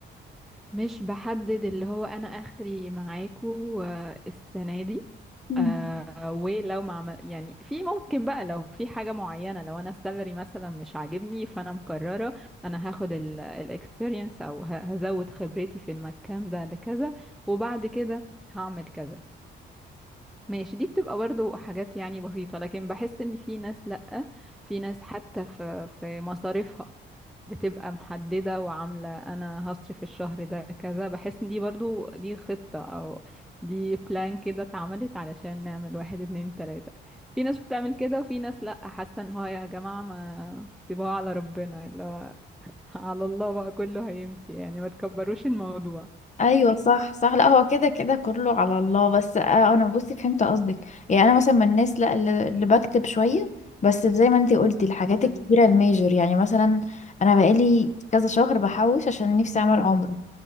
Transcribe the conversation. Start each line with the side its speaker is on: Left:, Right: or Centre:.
Centre: مش بحدد اللي هو انا اخري معاكو آه، السنه دي
Left: <laughs>
Centre: آه ولو ما عمل يعني في ممكن بقى لو في حاجه معينه لو انا السالري مثلا مش عاجبني فانا مقرره انا هاخد الاكسبيرينس او ه- هزود خبرتي في المكان ده لكذا وبعد كده هعمل كذا ماشي دي بتبقى برضو حاجات يعني بسيطة لكن بحس ان في ناس لأ في ناس حتى في في مصاريفها بتبقى محددة وعاملة انا هصرف الشهر ده كذا بحس ان دي برضو دي خطة او دي بلان كده اتعملت علشان نعمل واحد اتنين تلاتة في ناس بتعمل كده وفي ناس لأ حاسة ان هو يا جماعة ما سيبوها على ربنا اللي هو على الله بقى كله هيمشي يعني ما تكبروش الموضوع
Left: ايوه صح صح لا هو كده كده كله على الله بس آه انا بصي فهمت قصدك يعني انا مثلا من الناس لا اللي اللي بكتب شويه بس زي ما انتي قلتي الحاجات
Centre: حلو
Left: الكبيره الميجر يعني مثلا انا بقالي كذا شهر بحوش عشان نفسي اعمل عمره